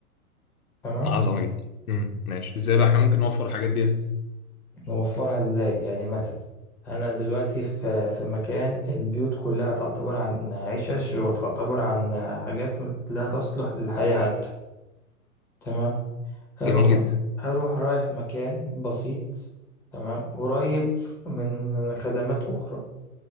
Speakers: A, in the centre; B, on the left.
A: تمام
B: عظمة جدا امم ماشي ازاي بقى احنا ممكن نوفر الحاجات ديت
A: نوفرها ازاي يعني مثلا أنا دلوقتي في في مكان البيوت كلها تعتبر عن عشش وتعتبر عن حاجات لا تصلح للحياة حتى تمام هروح
B: جميل جدا
A: هروح رايح مكان بسيط تمام قريب من خدمات أخرى